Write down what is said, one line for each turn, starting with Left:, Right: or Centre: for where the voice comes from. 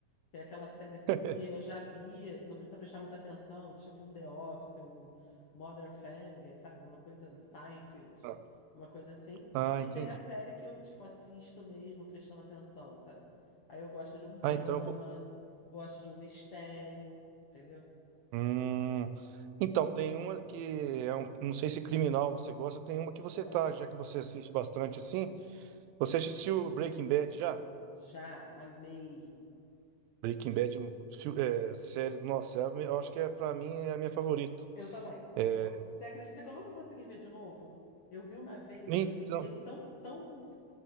Left: Que é aquela série assim
Right: <laughs>
Left: que eu já via e não precisa prestar muita atenção, tipo um The Office, um Modern Family, sabe? Uma coisa, um Seinfeld,
Right: ah,
Left: uma coisa assim.
Right: ah,
Left: E
Right: entendi.
Left: tem a série que eu, tipo, assisto mesmo prestando atenção, sabe? Aí eu gosto de um drama,
Right: Ah, então eu vou...
Left: gosto de um mistério, entendeu?
Right: Hum, Então, tem uma que é um, não sei se criminal você gosta, tem uma que você
Left: Gosto.
Right: tá, já que você assiste bastante assim. Você assistiu Breaking Bad já?
Left: Já amei.
Right: Breaking Bad, fi- é, série, nossa, é a me- eu acho que é para mim é a minha favorita.
Left: Eu também.
Right: É,
Left: Vo- Você acredita que eu nunca consegui ver de novo? Eu vi uma vez
Right: então,
Left: e eu fiquei tão, tão